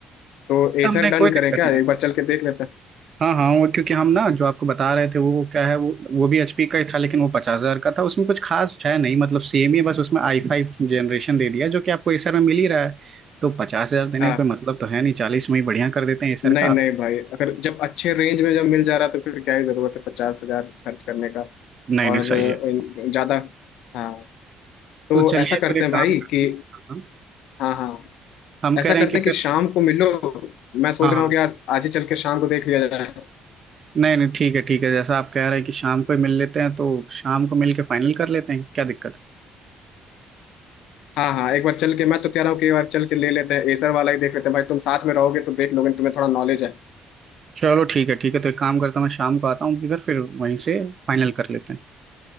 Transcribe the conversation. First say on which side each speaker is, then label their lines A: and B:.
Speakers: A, on the left (about 85°); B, on the right (about 50°).
A: तो एसर
B: हमने
A: डन
B: कोई
A: करें
B: दिक्कत
A: क्या
B: नहीं
A: एक
B: है
A: बार चल के देख लेते हैं
B: हाँ हाँ वो क्योंकि हम ना जो आपको बता रहे थे वो क्या है वो वो भी एचपी का ही था लेकिन वो पचास हजार का था उसमें कुछ खास है नहीं मतलब सेम ही है, बस उसमें आई फाइव जनरेशन दे दिया जो कि आपको एसर में मिल ही रहा है तो पचास हजार देने
A: हाँ
B: का कोई मतलब तो है नहीं चालीस में ही बढ़िया कर देते हैं एसर
A: नहीं
B: का
A: नहीं भाई अगर जब अच्छे रेंज में जब मिल जा रहा है तो फिर क्या ही ज़रूरत है पचास हज़ार खर्च करने का
B: नहीं
A: और
B: नहीं सही
A: अ,
B: है
A: ज़्यादा हाँ तो
B: तो चलिए
A: ऐसा करते
B: फिर एक
A: हैं
B: काम
A: भाई
B: करते
A: कि
B: हैं हाँ, हाँ।
A: हाँ हाँ
B: हम
A: ऐसा
B: कह रहे
A: करते
B: हैं कि
A: हैं कि
B: फिर
A: शाम को मिलो मैं सोच
B: हाँ
A: रहा
B: हाँ
A: हूँ कि यार आज ही चल के शाम को देख लिया जाए
B: नहीं नहीं ठीक है ठीक है जैसा आप कह रहे हैं कि शाम को ही मिल लेते हैं तो शाम को मिल के फाइनल कर लेते हैं क्या दिक्कत है
A: हाँ हाँ एक बार चल के मैं तो कह रहा हूँ कि एक बार चल के ले लेते हैं एसर वाला ही देख लेते हैं भाई तुम साथ में रहोगे तो देख लोगे तुम्हें थोड़ा नॉलेज है
B: चलो ठीक है ठीक है तो एक काम करता हूँ मैं शाम को आता हूँ आपके घर फिर वहीं से फाइनल कर लेते हैं